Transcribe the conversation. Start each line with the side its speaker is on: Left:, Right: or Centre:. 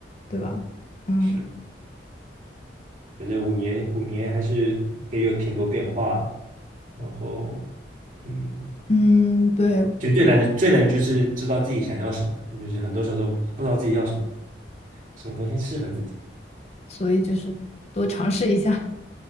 Left: 对吧？
Right: 嗯哼，
Left: 嗯
Right: 是，觉得五年五年还是也有挺多变化的。然后，嗯，
Left: 嗯，对，
Right: 就最难的最难的就是知道自己想要什么，就是很多时候都不知道自己要什么，什么东西适合自己。
Left: 所以就是多尝试一下，